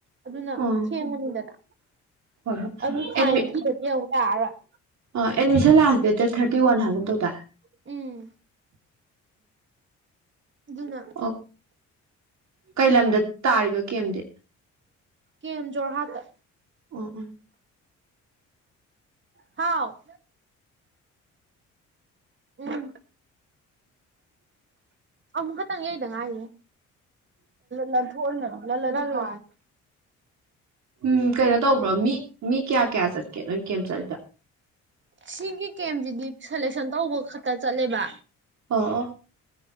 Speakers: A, on the right; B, on the right.
A: ꯑꯗꯨꯅ
B: ꯑꯥ
A: ꯊꯦꯡꯉꯅꯤꯗꯅ
B: ꯍꯣꯏ ꯍꯣꯏ
A: ꯑꯗꯨ ꯐꯥꯏꯟ
B: ꯑꯦꯗꯃꯤ
A: ꯊꯤꯗꯗꯤ ꯑꯃꯨꯛ ꯌꯥꯔꯔꯣꯏ
B: ꯑꯦꯗꯃꯤꯁꯟ ꯂꯥꯁ ꯗꯦꯠꯇ ꯊꯥꯔꯇꯤ ꯋꯥꯟ ꯍꯥꯏꯒꯨꯝ ꯇꯧꯗꯥꯢ
A: ꯎꯝ ꯑꯗꯨꯅ
B: ꯑꯣ ꯀꯩ ꯂꯝꯗ ꯇꯥꯔꯤꯕ ꯀꯦꯝꯗꯤ
A: ꯀꯦꯝ ꯖꯣꯔꯍꯥꯠꯇ
B: ꯑꯣ ꯑꯣ
A: ꯍꯥꯎ ꯎꯝ ꯑꯃꯨꯛ ꯈꯛꯇꯪ ꯌꯩꯗ ꯉꯥꯏꯔꯤꯍꯦ ꯂꯟꯊꯣꯛꯍꯟꯒꯅꯣ ꯂꯂꯂꯣ
B: ꯎꯝ ꯀꯩꯅꯣ
A: ꯀꯥꯅꯤ
B: ꯇꯧꯕ꯭ꯔꯣ ꯃꯤ ꯃꯤ ꯀꯌꯥ ꯀꯌꯥ ꯆꯠꯀꯦ ꯅꯣꯏ ꯀꯦꯝ ꯆꯠꯂꯤꯗꯣ
A: ꯁꯤꯒꯤ ꯀꯦꯝꯁꯤꯗꯤ ꯁꯦꯂꯦꯛꯁꯟ ꯇꯧꯕ ꯈꯛꯇ ꯆꯠꯂꯦꯕ
B: ꯑꯣ ꯑꯣ